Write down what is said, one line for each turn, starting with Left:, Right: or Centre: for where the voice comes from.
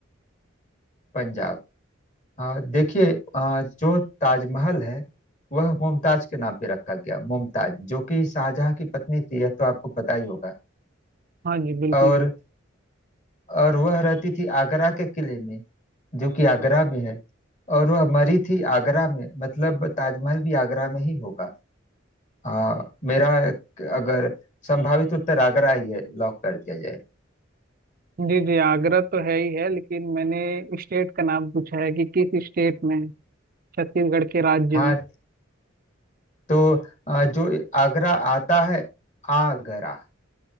Left: पंजाब हाँ देखिए अ, जो ताजमहल है वह मुमताज के नाम पे रखा गया मुमताज जो कि शाहजहां की पत्नी थी यह तो आपको पता ही होगा
Right: हाँ जी बिल्कुल
Left: और
Right: बिल्कुल
Left: और वह रहती थी आगरा के किले में जो कि आगरा में है और वह मरी थी आगरा में मतलब ताजमहल भी आगरा में ही होगा हाँ मेरा अगर संभावित उत्तर आगरा ही है लॉक कर दिया जाए
Right: जी जी आगरा तो है ही है लेकिन मैंने स्टेट का नाम पूछा है कि किस स्टेट में है, छत्तीसगढ़ के राज्य
Left: हाँ
Right: में
Left: तो अ, जो आगरा आता है आगरा